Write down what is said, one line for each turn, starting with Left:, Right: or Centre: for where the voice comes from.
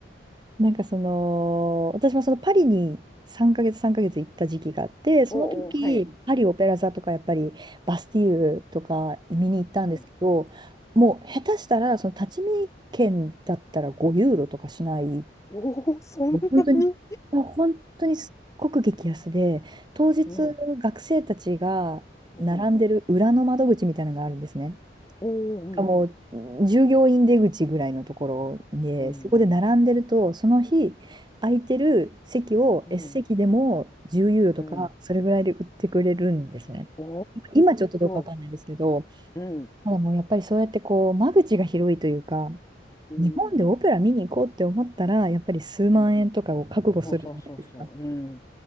Right: なんかその、私もそのパリに3ヶ月3ヶ月行った時期があって、その時、
Left: おうおう、はい。
Right: パリオペラ座とかやっぱりバスティーユとか見に行ったんですけど、
Left: うん
Right: もう下手したらその立ち見券だったら5ユーロとかしない、
Left: うん、おお、そんなに
Right: もう本当に、もう本当にすっごく激安で、当日
Left: うん、
Right: 学生たちが並んでる裏の窓口みたいなのがあるんですね。
Left: うん、お
Right: かも
Left: ー
Right: う従業員出口ぐらいのところで、
Left: うん、
Right: そこで並んでると、その日空いてる席を
Left: うん、
Right: S 席でも10ユーロとか、
Left: うん、うん
Right: それぐらいで売ってくれるんですね。
Left: お
Right: 今ちょっとどうかわかんないですけど、
Left: ー、うん、
Right: ただもうやっぱりそうやってこう、間口が広いというか、
Left: うん、
Right: 日本でオペラ見に行こうって思ったら、やっぱり数万円とかを覚悟するじゃないですか。
Left: うん、そうそうそうそう、うん、